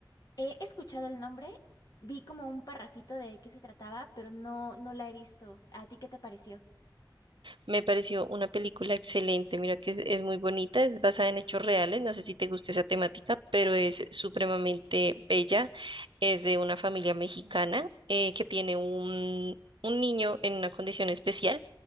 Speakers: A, on the left; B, on the right.
A: He escuchado el nombre, vi como un parrafito de qué se trataba, pero no, no la he visto. ¿A ti qué te pareció?
B: Me pareció una película excelente. Mira que es, es muy bonita, es basada en hechos reales. No sé si te gusta esa temática, pero es supremamente bella. Es de una familia mexicana eh, que tiene un, un niño en una condición especial.